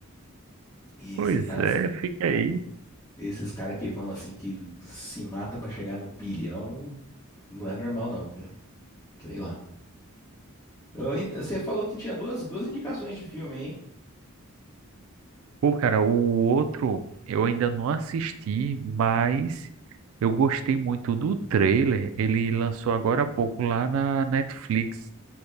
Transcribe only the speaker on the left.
E
sei lá,
esses caras que vão assim, que se mata pra chegar no bilhão, não é normal não, cara. Sei lá. Eu ent- Você falou que tinha duas, duas indicações de filme, hein?